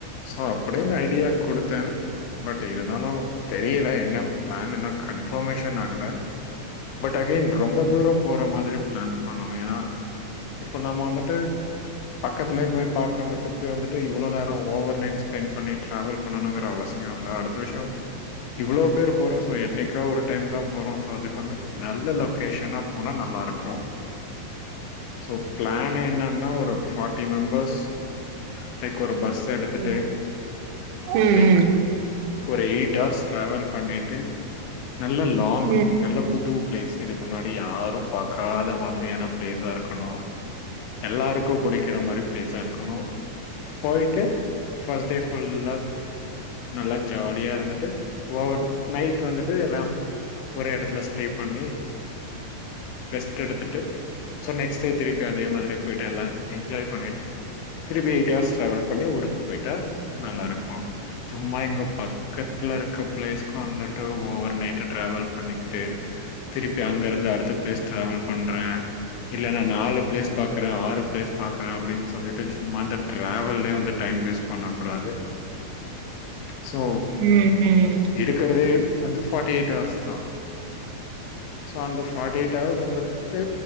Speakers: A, on the left; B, on the right.
A: சோ அப்டினு ஐடியா குடுத்த பட் இருந்தாலும் தெரியல என்ன பிளன்னு கன்ஃபர்ம்மேஷன் ஆகல பட் அகென் ரொம்ப தூரம் போற மாரி பிளன் பண்ணணும் ஏன்னா இப்ப நம்ம வந்துட்டு பக்கத்துலயே போய் பாக்கனுதுக்கு வந்துட்டு இவ்ளோ நேரம் ஓவர் நைட் ஸ்பெண்ட் பண்ணி டிராவல் பண்ணணுங்குற அவஸ் ஷம் இல்ல அடுத்த விஷயம் இவ்ளோ பேர் போறோம் சோ என்னைக்கா ஒரு டைம் தான் போறோ அதுக்கு வந்து நல்ல லொகேஷனா போனா நல்லா இருக்கும் சோ ப்ளான் என்னன்னா ஒரு ஃபார்ட்டி மெம்பர்ஸ் லைக் ஒரு பஸ் எடுத்துட்டு
B: ம். ம்.
A: லைக் ஒரு எயிட் ஹார்ஸ் ட்ராவல் பண்ணிட்டு நல்ல லாங்
B: ம்,
A: நல்ல புது ப்ளேஸ் இதுக்கு முன்னாடி யாரு பாக்காத மாதிரியான ப்ளேஸா இருக்கணு எல்லாருக்கு புடிக்கிற மாரி ப்ளேஸா இருக்கணு போய்ட்டு ஃபஸ் டே ஃபுல்லா நல்லா ஜாலியா இருந்துட்டு ஓவர் நைட் வந்துட்டு எல்லா ஒரே எடத்துல ஸ் டே பண்ணி ரெஸ்ட் எடுத்துட்டு சோ நெக்ஸ்ட் டே திருப்பி அதே மாதிரி போய்ட்டு எல்லா என்ஜாய் பண்ணிட்டு திருப்பி எயிட் ஹர்ஸ் ட்ராவல் பண்ணி ஊருக் போய்ட்டா நல்லாருக் கு சும்மா இங்க பக் கத்துல இருக்க ப்ளேஸ்க்கு வந்துட்டு ஓவர் நைட்டு ட்ராவல் பண்ணிக்கிட்டு திருப்பி அங்க இருந்து அடுத்த ப்ளேஸ் டிராவல் பண்றே இல்லனா நாலு ப்ளேஸ் பாக்கறே ஆறு ப்ளேஸ் பாக்கறே அப்டின் சொல்லிட்டு சும்மா இந்த ட்ராவல்லே வந்து டைம் டைம் வேஸ் பண்ணக்கூடாது சோ
B: ம், ம்,
A: இருக்கறதே வந்து ஃபாட்டி எயிட் ஹார்ஸ் தா சோ அந்த ஃபாட்டி எயிட் ஹவர்ஸ் வந்துட்டு